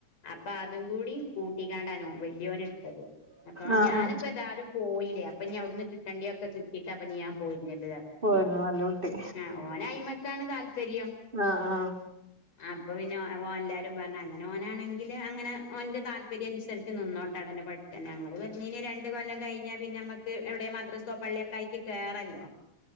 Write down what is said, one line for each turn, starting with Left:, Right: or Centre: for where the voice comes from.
Left: അപ്പൊ അതും കൂടി കൂട്ടിക്കാണ്ടാനോ വല്യോന് എടുത്തത് അപ്പൊ
Right: ആഹ്
Left: ഞാനിപ്പോ
Right: ആഹ്
Left: ഏതാലും പോയില്ലേ അപ്പൊഞാ അവിടുന്ന് കിട്ടണ്ട ഒക്കെ കിട്ടിട്ട് അപ്പ ഞാൻ പോരുന്നത് പറഞ്ഞു
Right: പോയിരുന്നു നല്ല കുട്ടി
Left: ആ ഓനായ്മക്കാണ് താല്പര്യം
Right: ആഹ് ആഹ്
Left: അപ്പൊ പിന്നെ ഓ എല്ലാരും പറഞ്ഞ അങ്ങനെ ഓനാണെങ്കില് അങ്ങനെ ഓന്റെ താല്പര്യം അനുസരിച്ച് നിന്നോട്ട് അടന പട്ടു ഞങ്ങള്ൾ പറഞ്ഞനി രണ്ട്കൊല്ലം കഴിഞ്ഞാ പിന്നെ നമ്മുക്ക് എവിടെ മദ്രസോ പള്ളിയൊക്കെ ആയിട്ട് കേയറല്ലോ